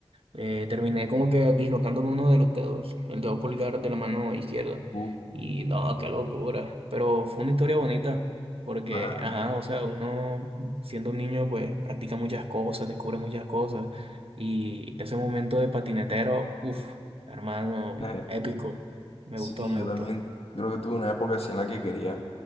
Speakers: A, on the right; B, on the left.
A: Eh, terminé como que dislocándome uno de los dedos, el dedo pulgar de la mano izquierda.
B: tú,
A: Y no, qué locura. Pero fue una historia bonita, porque,
B: claro.
A: ajá, o sea, uno siendo un niño, pues practica muchas cosas, descubre muchas cosas. Y ese momento de patinetero, uff, hermano,
B: <laughs>
A: épico. Me
B: Sí,
A: gustó, me
B: yo
A: gustó.
B: también creo que tuve una época así en la que quería